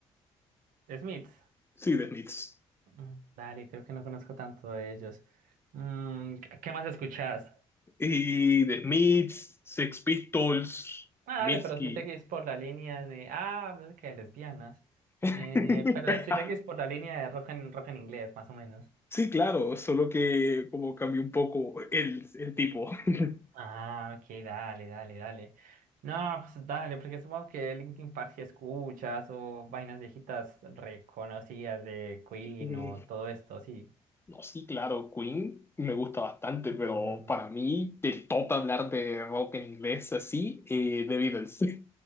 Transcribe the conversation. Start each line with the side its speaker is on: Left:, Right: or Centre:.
Right: Smith.
Left: Sí, de Smiths.
Right: Mm, dale, creo que no conozco tanto de ellos. Mm, ¿qué qué más escuchás?
Left: Y de Smiths, Sex Pistols,
Right: Ah,
Left: Mitski.
Right: dale, pero si seguís por la línea de, ah, música de lesbianas.
Left: <laughs>
Right: Eh, pero si seguís por la línea de rock en, rock en inglés, más o menos.
Left: Sí, claro, solo que como cambió un poco el, el tipo. <laughs>
Right: Ah, ok, dale, dale, dale. No, pues dale, porque supongo que Linkin Park si escuchas o vainas viejitas reconocidas de Queen
Left: Eh,
Right: o todo esto, sí.
Left: No, sí, claro, Queen me gusta bastante,
Right: Mm.
Left: pero para mí, del top hablar de rock en inglés así, eh, The Beatles.